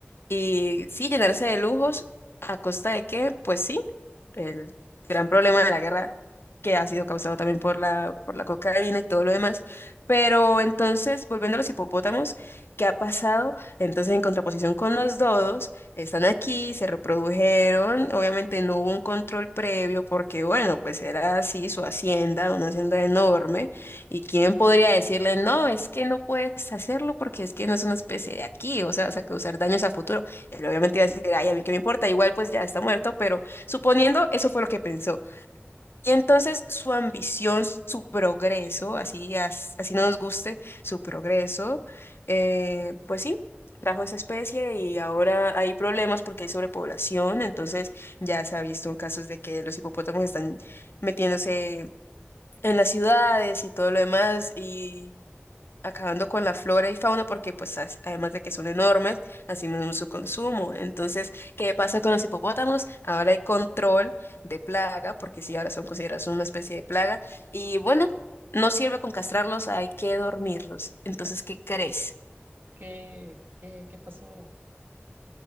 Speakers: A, on the left; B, on the right.
A: y sí, llenarse de lujos. ¿A costa de qué? Pues sí el gran problema de la guerra que ha sido causado también por la, por la cocaína y todo lo demás. Pero entonces, volviendo a los hipopótamos, ¿qué ha pasado? Entonces, en contraposición con los dodos, están aquí, se reprodujeron, obviamente no hubo un control previo porque, bueno, pues era así su hacienda, una hacienda enorme, y quién podría decirle, no, es que no puedes hacerlo porque es que no es una especie de aquí, o sea, vas a causar daños a futuro. Él obviamente iba a decir, ay, a mí qué me importa, igual pues ya está muerto, pero Suponiendo, eso fue lo que pensó. Y entonces su ambición, su progreso, así, as- así no nos guste, su progreso, eh, pues sí, trajo esa especie y ahora hay problemas porque hay sobrepoblación, entonces ya se ha visto casos de que los hipopótamos están metiéndose en las ciudades y todo lo demás, y acabando con la flora y fauna porque pues as- además de que son enormes, así mismo su consumo. Entonces, ¿qué pasa con los hipopótamos? Ahora hay control de plaga, porque sí, ahora son considerados una especie de plaga. Y bueno, no sirve con castrarlos, hay que dormirlos. Entonces, ¿qué crees?
B: ¿Qué? ¿Qué? ¿Qué pasó?